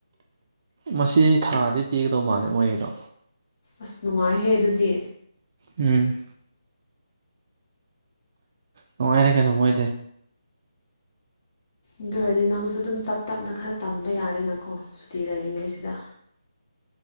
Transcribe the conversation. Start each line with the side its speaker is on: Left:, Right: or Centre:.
Right: ꯃꯁꯤ ꯊꯥꯗꯗꯩ ꯄꯤꯒꯗꯧ ꯃꯥꯜꯂꯦ ꯃꯣꯏꯒꯤꯗꯣ
Left: ꯑꯁ ꯅꯨꯡꯉꯥꯏꯍꯦ ꯑꯗꯨꯗꯤ
Right: ꯎꯝ ꯅꯨꯡꯉꯥꯏꯔꯦ ꯀꯩꯅꯣ ꯃꯣꯏꯗꯤ
Left: ꯑꯗꯨ ꯑꯣꯏꯔꯗꯤ ꯅꯪꯁꯨ ꯑꯗꯨꯝ ꯇꯞ ꯇꯞꯅ ꯈꯔ ꯇꯝꯕ ꯌꯥꯔꯦꯅ ꯀꯣ ꯁꯨꯇꯤ ꯂꯩꯔꯤꯉꯩꯁꯤꯗ